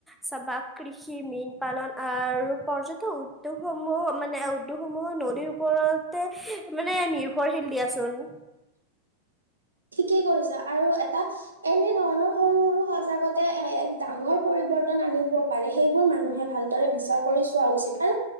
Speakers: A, in the centre; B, on the right.
A: চাবা কৃষি মীন পালন আৰু পৰ্যটন উদ্যোগসমূহ মানে উদ্যোগসমূহো নদীৰ ওপৰতে মানে নিৰ্ভৰশীল দিয়াচোন
B: ঠিকে কৰিছা আৰু এটা এনে ধৰণৰ সৰু সৰু সজাগতাই এ এক ডাঙৰ পৰিবৰ্তন আনিব পাৰে সেইবোৰ মানুহে ভাল কাৰে বিচাৰ কৰি চোৱা উচিত আৰু